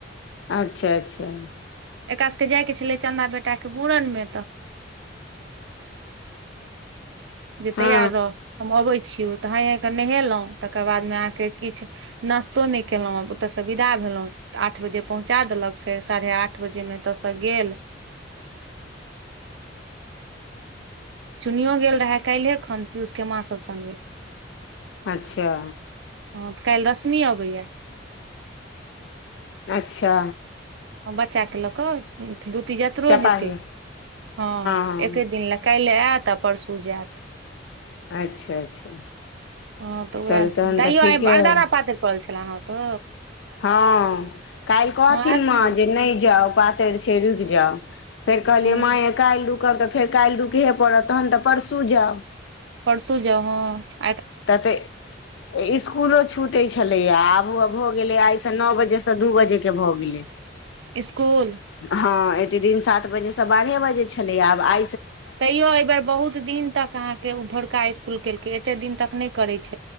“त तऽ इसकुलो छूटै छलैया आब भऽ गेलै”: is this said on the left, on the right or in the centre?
Left